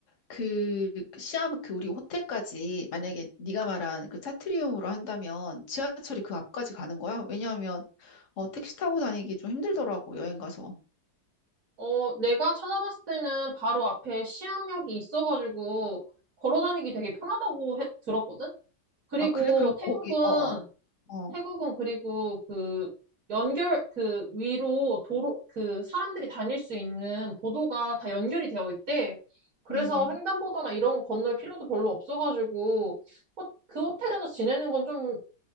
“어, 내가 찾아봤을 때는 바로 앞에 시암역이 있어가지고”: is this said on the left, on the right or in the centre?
Right